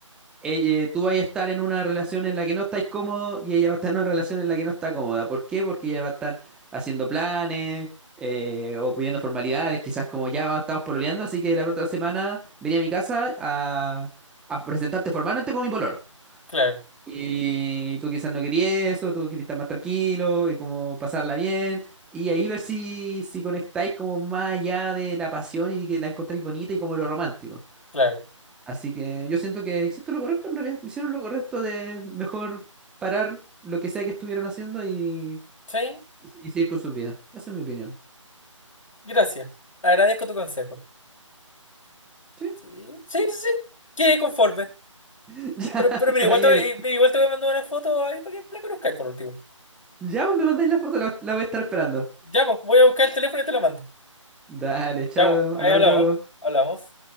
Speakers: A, in the centre; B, on the left (about 75°).
A: eh, eh, tú vas a estar en una relación en la que no estáis cómodo y ella va a estar en una relación en la que no está cómoda. ¿Por qué? Porque ella va a estar haciendo planes eh, o pidiendo formalidades, quizás como ya va- estamos pololeando, así que la otra semana venía a mi casa a, a presentarte formalmente como mi pololo.
B: Claro,
A: Y tú quizás no querías eso, tú querías estar más tranquilo y como pasarla bien. Y ahí ver si, si conectáis como más allá de la pasión y que la encontráis bonita y como lo romántico.
B: claro.
A: Así que yo siento que hiciste lo correcto en realidad. Hicieron lo correcto de mejor parar lo que sea que estuvieran haciendo y,
B: Sí,
A: y seguir con sus vidas. Esa es mi opinión.
B: gracias. Agradezco tu consejo.
A: ¿Sí?
B: Sí, sí, sí. sí. Quedé conforme.
A: <laughs> Ya,
B: Pero, pero
A: está
B: mira, igual
A: bien.
B: te, voy- igual te voy a mandar una foto ahí para que la conozcáis por último.
A: Ya vos me mandáis la foto, la, la voy a estar esperando.
B: Ya, pues, voy a buscar el teléfono y te la mando.
A: Dale, chao,
B: Ya, pues, ahí
A: hablamos
B: hablamos.
A: luego.
B: Hablamos.